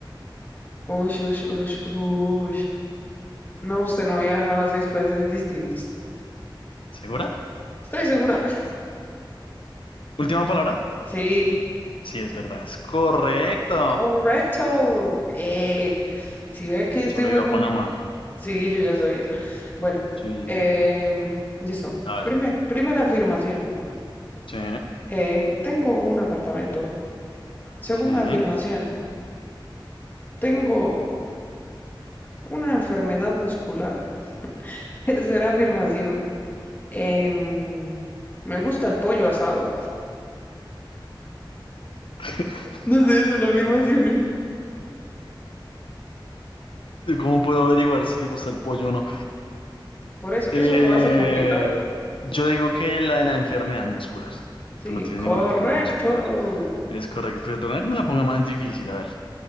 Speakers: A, on the left (about 25°); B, on the left (about 85°).
A: ush, ush, ush, ush. No, usted no ha viajado a seis países distintos.
B: ¿Segura?
A: Estoy segura. <laughs>
B: Última palabra.
A: Sí,
B: Sí, es verdad. Es correcto.
A: Correcto. Eh, si ve que este
B: Solo
A: juego,
B: he ido a Panamá.
A: sí, yo ya sabía. Bueno,
B: Sí, sí,
A: em,
B: sí.
A: listo.
B: A ver.
A: Primer- primera afirmación,
B: Sí,
A: eh, tengo un apartamento. Segunda
B: sí. Mm.
A: afirmación, tengo una enfermedad muscular. <laughs> Tercera afirmación, em, me gusta el pollo asado.
B: <laughs>
A: No sé, son afirmaciones.
B: ¿Cómo puedo averiguar si le gusta el pollo o no?
A: Por eso,
B: Eh,
A: eso lo hace complicado.
B: yo digo que la de la enfermedad muscular.
A: Sí,
B: Tú no tienes
A: correcto.
B: ninguna enfermedad muscular. Es correcto, pero toca que me la ponga más difícil. A ver,